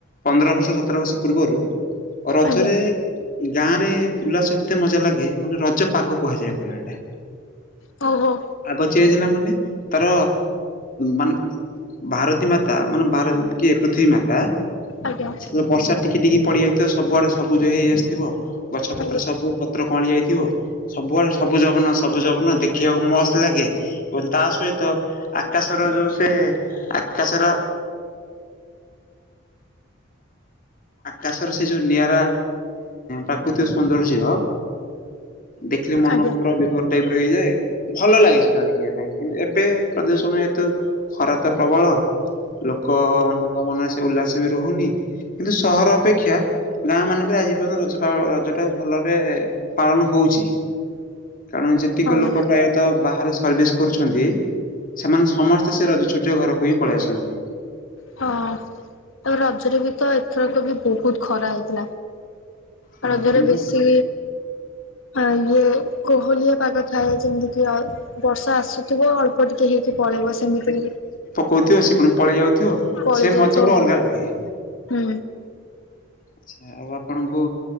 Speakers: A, on the left; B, on the left.
A: ପନ୍ଦର ବର୍ଷ ସତର ବର୍ଷ ପୂର୍ବରୁ ରଜରେ
B: ଆଜ୍ଞା
A: ଗାଁ ରେ ଉଲ୍ଲାସ ଏତେ ମଜା ଲାଗେ ମାନେ ରଜ ପାଗ କୁହାଯାଏ ପରା ଏଟା।
B: ହଉ ହଉ
A: ଆଗ ଚେଞ୍ଜ ହେଲା ମାନେ ତାର ମାନେ ଭାରତୀ ମାତା ମାନେ ଭାର କିଏ ପୃଥିବୀ ମାତା
B: ଆଜ୍ଞା
A: ସେ ବର୍ଷା ଟିକେ ଟିକେ ପଡିଯାଇଛି। ତ ସବୁଆଡେ ସବୁଜ ହେଇ ଆସିଥିବ ଗଛ ପତ୍ର
B: ଆଜ୍ଞା
A: ସବୁ ପତ୍ର କଅଁଳି ଯାଇଥିବ। ସବୁଆଡେ ସବୁ ଯବନ ସବୁ ଯବନ ଦେଖିବାକୁ ମସ୍ତ ଲାଗେ। ଏବଂ ତା ସହିତ ଆକାଶର ଯୋଉ ସେ ଆକାଶର ଆକାଶରେ ସେ ଯୋଉ ନିଆରା ପ୍ରାକୃତିକ ସୌନ୍ଦର୍ଯ୍ୟ ଦେଖିଲେ ମନ
B: ଆଜ୍ଞା
A: ପୁରା
B: ହୁଁ
A: ବିଭର ଟାଇପରେ ହେଇଯାଏ। ଭଲ ଲାଗେ ସେଟା ଦେଖିବା ପାଇଁ କିନ୍ତୁ ଏ ଏବେ ପ୍ରଦୂଷଣ ହେତୁ ଖରା ତ ପ୍ରବଳ ଲୋକ ମ କ ମନ ସେ ଉଲ୍ଲାସ ବି ରହୁନି। କିନ୍ତୁ ସହର ଅପେକ୍ଷା ଗାଁ ମାନଙ୍କରେ ଆଜି ପର୍ଯ୍ୟନ୍ତ ରଜ ପାଳ ରଜ ଟା ଭଲରେ ପାଳନ ହଉଛି କାରଣ ଯେ
B: ହଁ ଆଜ୍ଞା
A: ଲୋକ
B: ହଁ
A: ପ୍ରାୟତଃ ବାହାରେ ସର୍ଭିସ କରୁଛନ୍ତି। ସେମାନେ ସମସ୍ତେ ସେ ରଜ ଛୁଟି ରେ ଘର କୁ ହିଁ ପଳାଇ ଆସନ୍ତି।
B: ହଁ ଆଉ ରଜରେ ବି ତ ଏଥରକ ବି ବହୁତ ଖରା ହେଇଥିଲା।
A: ହଁ
B: ରଜରେ
A: କିନ୍ତୁ
B: ବେଶୀ ଆ ଇଏ କୋହଲିଆ ପାଗ ଥାଏ ଯେମିତି କି ବର୍ଷା ଆସୁଥିବ ଅଳ୍ପ ଟିକେ ହେଇକି ପଳେଇ ସେମିତି
A: କହୁଥିବ ସେ ପୁଣି ପଳେଇ ଯାଉଥିବ
B: ପଳେଇ
A: ସେ
B: ଯାଉଥିବ
A: ମଜା ଗୋଟେ ଅଲଗା
B: ହଁ
A: ଲାଗେ।
B: ହୁଁ।
A: ଆଚ୍ଛା ଆଉ ଆପଣଙ୍କୁ